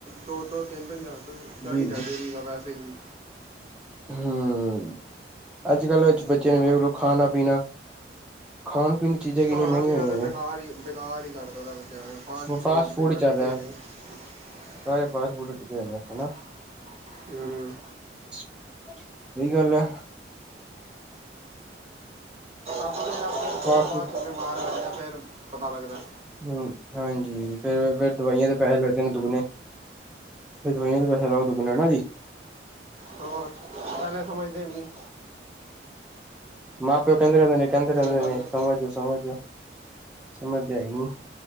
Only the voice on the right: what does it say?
ਦੋ-ਦੋ ਤਿੰਨ-ਤਿੰਨ ਹਜਾਰ ਰੁਪਏ ਚਾਹੀਦਾ
ਡੇਲੀ ਦਾ ਵੈਸੇ ਈ।
ਖਾਣਾ
ਪੀਣਾ
ਤੇ ਬੇਕਾਰ ਹੀ ਬੇਕਾਰ ਹੀ ਕਰਦਾ ਦਾ ਫਾਸਟ
ਫੂਡ ਤੇ ਵਟਕੇੇ
ਦੇ <unintelligible>
ਹੂੰ
ਆਪਣੇ ਆਪ ਜਦੋਂ
ਬਾਅਦ
'ਚ ਬਿਮਾਰ ਹੋਏ ਫਿਰ ਪਤਾ ਲੱਗਦਾ।
ਹੋਰ ਪੈਲੇ ਸਮਝਦੇ ਨੀ।
ਜੇ ਪਹਿਲੇ